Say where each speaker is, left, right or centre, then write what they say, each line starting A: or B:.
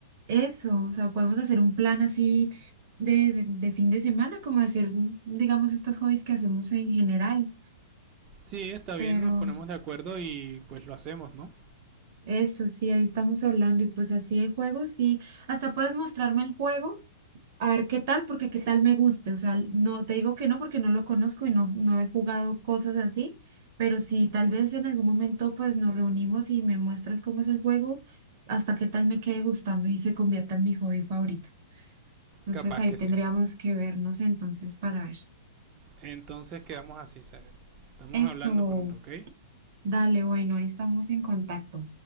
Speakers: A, on the right (about 50°); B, on the right (about 30°).
A: eso, o sea, podemos hacer un plan así de, de, de fin de semana, como hacer, digamos, estos hobbies que hacemos en general,
B: Sí, está bien,
A: pero
B: nos ponemos de acuerdo y pues lo hacemos, ¿no?
A: eso sí, ahí estamos hablando y pues así de juegos, sí, hasta puedes mostrarme el juego, a ver qué tal, porque qué tal me guste, o sea, no te digo que no porque no lo conozco y no, no he jugado cosas así, pero si tal vez en algún momento pues nos reunimos y me muestras cómo es el juego, hasta qué tal me quede gustando y se convierta en mi hobby favorito. Entonces
B: Capaz
A: ahí
B: que
A: tendríamos
B: sí.
A: que vernos entonces para ver.
B: Entonces quedamos así, Zaret. Estamos
A: Eso,
B: hablando pronto, ¿ok?
A: dale, bueno, ahí estamos en contacto.